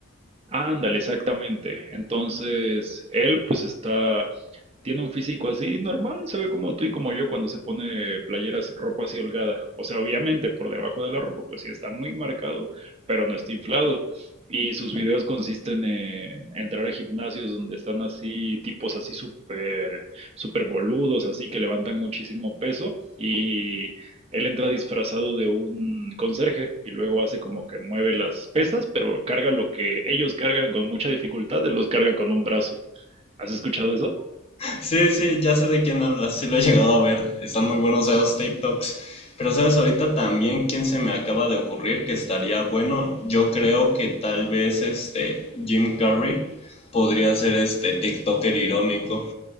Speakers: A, on the right; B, on the left.
A: Ándale, exactamente. Entonces, él pues está, tiene un físico así normal, se ve como tú y como yo cuando se pone playeras, ropa así holgada. O sea, obviamente por debajo de la ropa pues sí está muy marcado, pero no está inflado. Y sus videos consisten en entrar a gimnasios donde están así tipos así súper, súper boludos, así que levantan muchísimo peso y él entra disfrazado de un conserje y luego hace como que mueve las pesas, pero carga lo que ellos cargan con mucha dificultad, él los carga con un brazo. ¿Has escuchado eso?
B: Sí, sí, ya sé de quién hablas. Sí, lo he llegado a ver. Están muy buenos esos TikToks. Pero sabes, ahorita también quién se me acaba de ocurrir que estaría bueno. Yo creo que tal vez este Jim Carrey podría ser este TikToker irónico.